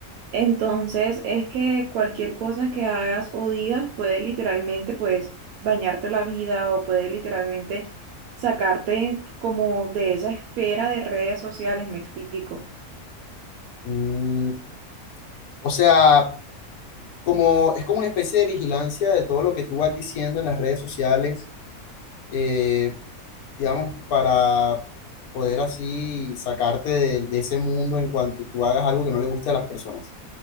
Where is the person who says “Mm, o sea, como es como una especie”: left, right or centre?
Left